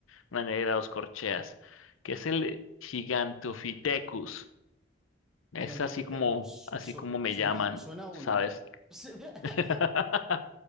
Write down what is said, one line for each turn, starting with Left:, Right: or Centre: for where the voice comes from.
Left: una negra a dos corcheas. que es el Gigantopithecus? Es
Centre: Gigantopithecus.
Left: así como,
Centre: Su-
Left: así
Centre: su-
Left: como me
Centre: suena,
Left: llaman,
Centre: suena un...
Left: ¿sabes?
Centre: <laughs>
Left: <laughs>